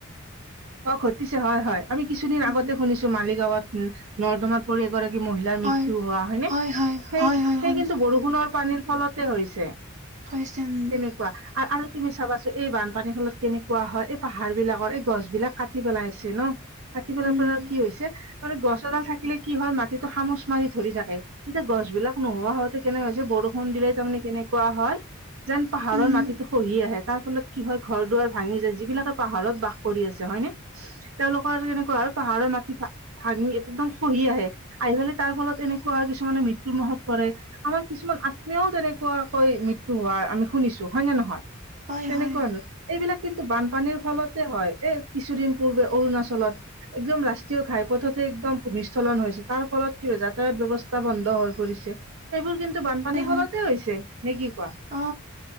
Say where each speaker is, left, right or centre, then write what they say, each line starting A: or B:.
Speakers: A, on the right; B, on the right.
A: অ' ঘটিছে হয় হয়, আমি কিছুদিন
B: উম
A: আগতে শুনিছোঁ মালিগাঁৱত নৰ্দমাত পৰি এগৰাকী মহিলাৰ মৃত্যু
B: হয়
A: হোৱা, হয় নে,
B: হয়
A: সেই
B: হয় হয়
A: সেই
B: শুনিছো
A: কিন্তু বৰষুণৰ পানীৰ ফলতে হৈছে,
B: হৈছে উম
A: তেনেকুৱা আৰু আৰু তুমি চাবাচো, এই বানপানীৰ ফলত কেনেকুৱা হয়, এইপাহাৰ বিলাকৰ এই গছ বিলাক কাটি পেলাইছে ন'। কাটি পেলাৰপৰা
B: উম
A: কি হৈছে, মানে গছ এডাল থাকিলে কি হয় মাটিটো সামুচ মাৰি ধৰি থাকে। এতিয়া গছবিলাক নোহোৱা হওতে কেনেকুৱ হৈছে, বৰষুণ দিলে তাৰমানে কেনেকুৱা হয় যেন পাহাৰৰ
B: উম
A: মাটিটো খহি আহে তাৰ ফলত কি হয় ঘৰ দুৱাৰ ভাঙি যায়, যিবিলাকে পাহাৰত বাস কৰি আছে হয়নে? তেওঁলোকৰ কেনেকুৱা হয় পাহাৰৰ মাটি খা ভাঙি একদম খহি আহে, আহি পেলাই তাৰ ফলত এনেকুৱা আৰু কিছুমানে মৃত্যুৰ মুখত পৰে। আমাৰ কিছুমান আত্মীয়ও তেনেকুৱাকৈ মৃত্যু হোৱাৰ আমি শুনিছোঁ হয় নে নহয়?
B: হয়
A: তেনেকুৱা
B: হয়
A: এইবিলাক কিন্তু বানপানীৰ ফলতে হয়। এ, কিছুদিন পূৰ্বে অৰুণাচলত একদম ৰাষ্ট্ৰীয় ঘাইপথতে একদম ভূমিস্খলন হৈছে, তাৰ ফলত কি হয় যাতায়াত ব্যৱস্থা বন্ধ হৈ পৰিছে। এইবোৰ কিন্তু বানপানীৰ
B: হয় হয়
A: ফলতে হৈছে নে কি কোৱা?
B: অ